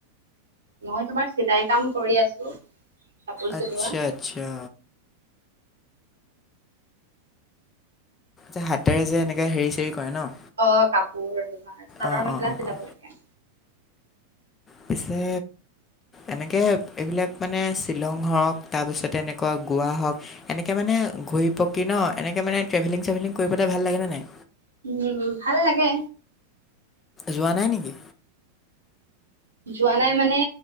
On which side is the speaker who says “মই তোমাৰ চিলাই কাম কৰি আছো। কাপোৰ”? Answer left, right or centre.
Right